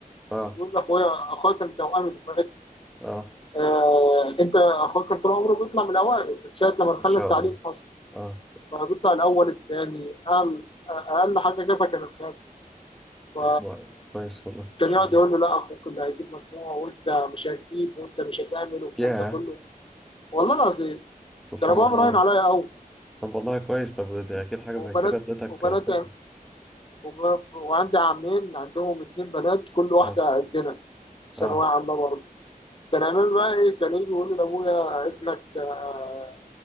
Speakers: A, in the centre; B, on the left.
A: اه
B: يقول لاخويا اخويا كان توأمي دفعتي
A: اه
B: آه انت اخوك كان طول عمره بيطلع من الاوائل من ساعه لما دخل
A: ان شاء
B: التعليم
A: الله
B: اصلا
A: اه
B: فبيطلع الاول الثاني اقل اقل حاجه جابها كان الخامس ف
A: و- كويس والله ان
B: كان
A: شاء
B: يقعد
A: الله
B: يقول له لا اخوك اللي هيجيب مجموع وانت مش هتجيب وانت مش هتعمل والكلام
A: ياه
B: ده كله والله العظيم
A: سبحان
B: كان ابويا
A: الله
B: مراهن عليا قوي
A: طب والله كويس طب ده اكيد حاجة
B: وبنات
A: زي كده ادتك
B: وبنات
A: ثقة
B: وب- وعندي عمين عندهم اتنين بنات كل واحده
A: اه
B: قدنا ثانويه
A: اه
B: عامه برضه كان عامل بقى ايه كان يجي يقول لابويا ابنك آه،